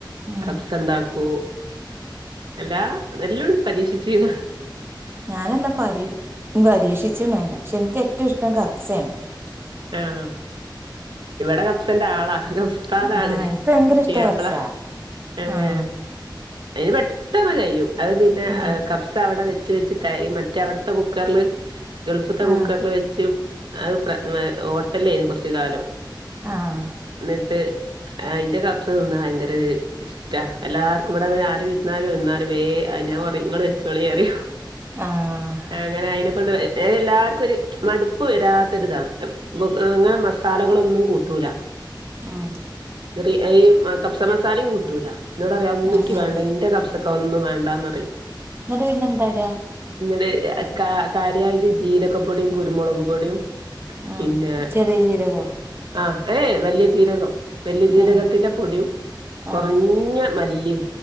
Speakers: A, on the right; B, on the right.
A: ഉം
B: കപ്സ ണ്ടാക്കൂ എല്ലാ എല്ലാം പരീക്ഷിച്ചീണ്
A: ഞാനെല്ലാം പരീ പരീക്ഷിച്ചിണ് പക്ഷെ എനിക്ക് ഏറ്റവും ഇഷ്ട കാഫ്സെണ്
B: ആഹ് ഇവിടെ കബ്സന്റെ ആളാ സ്ഥാതാണ്
A: ആഹ് എനിക്ക് ഭയങ്കര
B: പുതിയാപ്ല
A: ഇഷ്ടാ കബ്സ
B: ഏഹ്
A: ആഹ്
B: അതിന് പെട്ടെന്ന് കഴിയും അത് പിന്നെ
A: ഉം
B: കബ്സ് അവിടെ വെച്ച് വെച്ച് ത മറ്റേ അവിടുത്തെ കുക്കറില് ഗൾഫ്ത്തെ കുക്കറില്
A: ആഹ്
B: വെച്ച് അത് ഹോട്ടലിൽ ആയിരുന്നു കുറച്ച് കാലം
A: ആഹ്
B: എന്നിട്ട് അയ്ന്റെ കബ്സ തിന്ന്ണത് ഭയങ്കര ഇഷ്ടാ എല്ലാർക്കും ഇവിടെ ആരും ഇരുന്നാലും വന്ന വേ ഞാൻ പറയും ഇങ്ങള് വെച്ചോളി പറിം
A: ആഹ്
B: അങ്ങനെ അയിനെ കൊണ്ട് ഏ എല്ലാർക്കും ഒരു മടുപ്പ് വരാത്തരുതാണ് അങ്ങനെ മസാലകളൊന്നും കൂട്ടൂല
A: ആഹ്
B: ചെറിയ ഈ കബ്സ മസാലിം കൂട്ടൂല എന്നോട് പറിം അത് ഒന്നും
A: ആഹ് ആഹ്
B: ന്റെ കബ്സൊക്കെ അത് ഒന്നും വേണ്ടാന്നറിം
A: എന്നിട്ട് പിന്നെ എന്താട
B: എന്നിട്ട് കാര്യയിട്ട് ജീരകപ്പൊടിയും കുരുമുളക് പൊടിയും
A: ആഹ്
B: പിന്നെ
A: ചെറിയ ജീരകോ
B: ആഹ് ഏയ് വല്യ ജീരകം. വല്യ ജീരകത്തിന്റെ
A: ആഹ്
B: പൊടിയും കൊറഞ്ഞ
A: ആഹ്
B: മല്ലിം